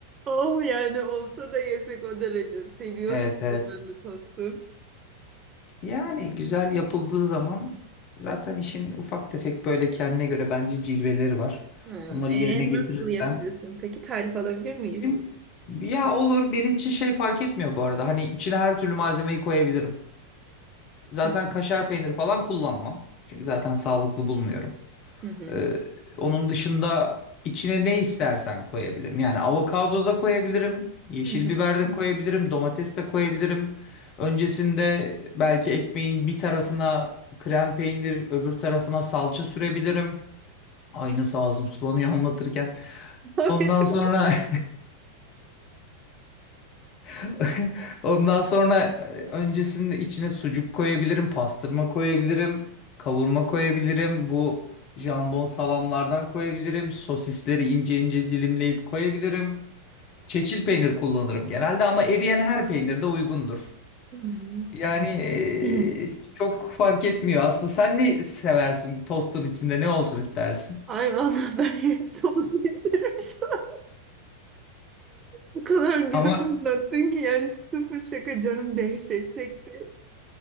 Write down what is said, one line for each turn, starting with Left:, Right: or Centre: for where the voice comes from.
Right: Oh yani olsa da yesek o derece. Seviyorum
Left: Evet evet.
Right: bir de ben de tostu.
Left: Yani güzel yapıldığı zaman zaten işin ufak tefek böyle kendine göre bence cilveleri var.
Right: Hmm,
Left: Onları
Right: e,
Left: yerine getirirsen
Right: nasıl yapıyorsun? Peki tarif alabilir miyiz?
Left: benim ya olur benim için şey fark etmiyor bu arada. Hani içine her türlü malzemeyi koyabilirim. Zaten
Right: Hı hı.
Left: kaşar peyniri falan kullanmam. Çünkü zaten sağlıklı bulmuyorum.
Right: Hı hı.
Left: Ee, onun dışında içine ne istersen koyabilirim. Yani avokado da koyabilirim, yeşil
Right: Hı hı.
Left: biber de koyabilirim, domates de koyabilirim. Öncesinde belki ekmeğin bir tarafına krem peynir, öbür tarafına salça sürebilirim. Ay nasıl ağzım sulanıyor anlatırken.
Right: <laughs>
Left: Ondan sonra <laughs> <laughs> <laughs> Ondan sonra e, öncesinde içine sucuk koyabilirim, pastırma koyabilirim, kavurma koyabilirim. Bu jambon salamlardan koyabilirim. Sosisleri ince ince dilimleyip koyabilirim. Çeçil peynir kullanırım genelde ama eriyen her peynir de uygundur.
Right: Aferin.
Left: Yani e,
Right: Hı.
Left: çok fark etmiyor aslında. Sen ne seversin? Tostun içinde ne olsun istersin?
Right: Ay vallahi ben hepsi olsun isterim şu an. Bu kadar güzel
Left: Ama
Right: anlattın ki yani sıfır şaka canım dehşet çekti.